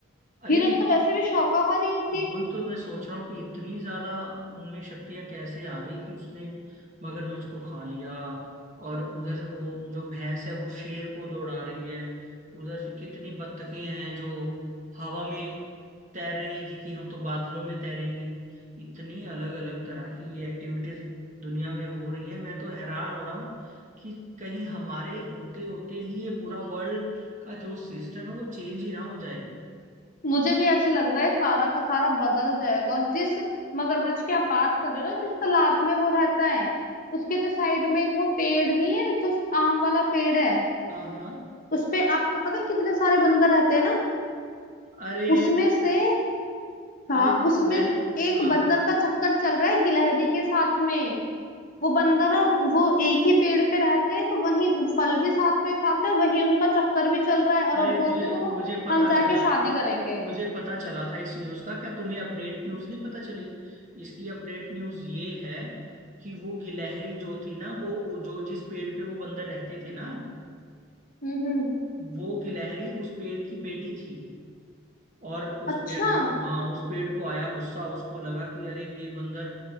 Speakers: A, on the right; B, on the left.
A: अरे
B: हिरन तो वैसे भी शाकाहारी होती
A: वही
B: है
A: तो मैं सोच रहा हूँ कि इतनी ज्यादा उनमें शक्तियां कैसे आ गई कि उसने मगरमच्छ को खा लिया और उधर वो जो भैंस है वो शेर को दौड़ा रही है उधर से कितनी बत्तखें हैं जो हवा में तैर रही हैं जी कि हम तो बादलों में तैरेंगी इतनी अलग अलग तरह की ये एक्टिविटीज दुनिया में हो रही है मैं तो हैरान हो रहा हूँ कि कहीं हमारे होते होते ही ये पूरा वर्ल्ड का जो सिस्टम है वो चेंज ही ना हो जाए
B: मुझे भी ऐसे लग रहा है सारा का सारा बदल जाएगा और जिस मगरमच्छ की आप बात कर रहे हो ना जिस तालाब में वो रहता है उसके जो साइड में एक वो पेड़ नहीं है जो आम वाला पेड़ है
A: हाँ हाँ
B: उस पे आपको पता है कितने सारे बंदर रहते हैं ना
A: अरे
B: उसमें से हाँ
A: अरे
B: उसमें
A: मैंने
B: एक
A: हाँ
B: बंदर
A: हाँ
B: का चक्कर चल रहा है गिलहरी के साथ में वो बंदर और वो एक ही पेड़ पे रहते हैं तो वही फल भी साथ में खाते हैं वही उनका चक्कर भी चल रहा है और
A: अरे
B: अब बोलते
A: मुझे
B: हैं दोनों
A: मुझे पता
B: हम जाके
A: चला
B: शादी करेंगे
A: मुझे पता चला था इस न्यूज़ का क्या तुम्हें अपडेट न्यूज़ नहीं पता चली इसकी अपडेट न्यूज़ ये है कि वो गिलहरी जो थी ना वो वो जो जिस पेड़ पे वो बंदर रहते थे ना
B: हम्म हम्म
A: वो गिलहरी उस पेड़ की बेटी थी और उस
B: अच्छा
A: पेड़ को हाँ उस पेड़ को आया गुस्सा उसको लगा कि अरे ये बंदर